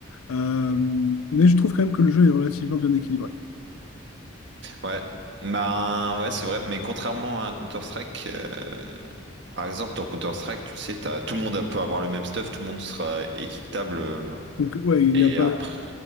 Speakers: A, on the left; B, on the right.
A: Euh, mais je trouve quand même que le jeu est relativement bien équilibré.
B: Ouais. Ben ouais, c'est vrai. Mais contrairement à un Counter-Strike. euh, Par exemple, dans Counter-Strike, tu sais, t'as, tout le monde peut avoir le même stuff, tout le monde sera équitable. euh,
A: Donc, ouais, il
B: Et
A: n'y a pas.
B: après,